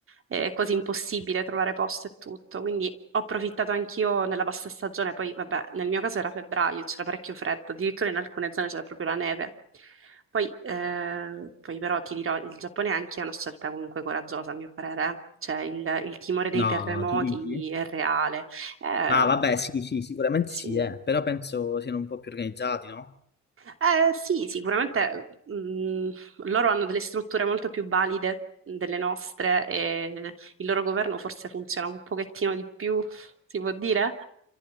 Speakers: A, on the right (about 45°); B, on the left (about 35°).
A: è quasi impossibile trovare posto e tutto, quindi ho approfittato anch'io nella bassa stagione, poi vabbè, nel mio caso era febbraio, c'era parecchio freddo, addirittura in alcune zone c'era proprio la neve. Poi, eh, poi però ti dirò, il Giappone anche è una scelta comunque coraggiosa, a mio parere, eh. cioè il, il timore dei
B: No,
A: terremoti
B: tu dici?
A: è reale. Eh,
B: Ah, vabbè, sì, sì, sicuramente
A: sì.
B: sì, eh. Però penso siano un po' più organizzati, no?
A: Eh, sì, sicuramente mh, loro hanno delle strutture molto più valide delle nostre e il loro governo forse funziona un pochettino di più, si può dire?